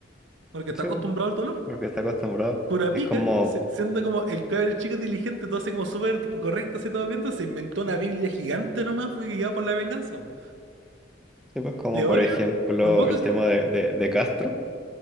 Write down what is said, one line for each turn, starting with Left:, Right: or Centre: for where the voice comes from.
Right: Porque está
Centre: sí,
Right: acostumbrado
Centre: pues,
Right: al dolor.
Centre: lo que está acostumbrado.
Right: Kurapika,
Centre: Es como,
Right: si- siendo como el cabrón chico diligente, todo así como súper correcto, así todo bien, entonces se inventó una Biblia gigante nomás, fue guiado por la venganza. po.
Centre: sí, pues, como
Right: Leorio,
Centre: por ejemplo
Right: lo poco
Centre: el
Right: que
Centre: tema
Right: se.
Centre: de, de, de Castro,